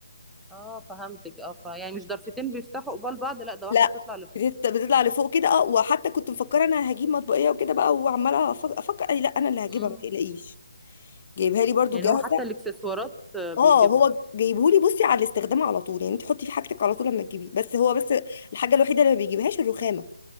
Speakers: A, in the centre; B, on the left.
A: اه فهمتك اه ف... يعني مش ضرفتين بيفتحوا قبال بعض لا ده واحدة
B: لا
A: بتطلع لفوق
B: بتت- بتطلع لفوق كده اه وحتى كنت مفكره انا هجيب مطبقيه وكده بقى وعماله أف- افكر أي لا انا اللي هجيبها
A: امم
B: ما تقلقيش جايبها لي برضو
A: يعني
B: جاهزه
A: هو حتى الاكسسوارات آه، بيجيبها
B: اه هو جايبهولي بصي على الاستخدام على طول يعني انت حطي في حاجتك على طول لما تجيبيه بس هو بس الحاجه الوحيده اللي ما بيجيبهاش الرخامه